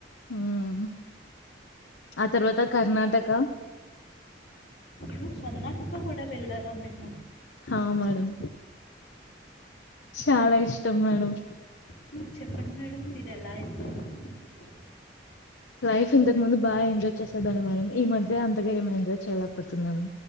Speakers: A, on the left; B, on the left.
A: హ్మ్ ఆ తర్వాత కర్ణాటక
B: నువ్ సర్ణటక కూడా వెళ్ళారా మ్య
A: హా మేడం, చాలా ఇష్టం మేడం.
B: హు చెప్పండి మేడం, మీరు ఎలా ఎంజాయ్ చేసారో
A: లైఫ్ ఇంతకు ముందు బా ఎంజాయ్ చేసేదాన్ని మేడం. ఈ మధ్య అంతగా ఏం ఎంజాయ్ చేయలేకపోతున్నాను.